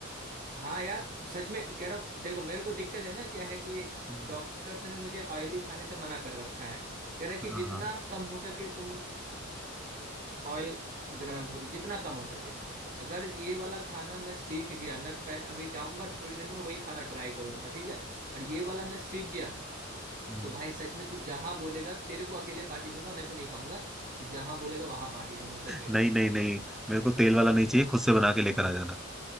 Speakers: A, on the right; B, in the centre.
A: हाँ यार सच में कह रहा हूँ देखो मेरे को दिक्कत है ना क्या है कि
B: हम्म।
A: डॉक्टर्स ने मुझे ऑयली खाने से मना कर रखा है कह रहा है
B: हाँ
A: कि जितना
B: हाँ
A: कम हो सके तुम ऑयल ग्रहण करो जितना कम हो सके अगर ये वाला खाना मैं सीख गया मैं पह, अभी जाऊंगा थोड़ी देर में वही खाना ट्राई करूंगा ठीक है और ये वाला मैं सीख गया
B: हम्म।
A: तो भाई सच में तू जहां बोलेगा तेरे को अकेले पार्टी दूंगा मैं तो नहीं खाऊंगा तू जहां बोलेगा वहां पार्टी दूंगा सच में
B: नहीं
A: कह रही हूँ
B: नहीं नहीं मेरे को तेल वाला नहीं चाहिए खुद से बना के लेकर आ जाना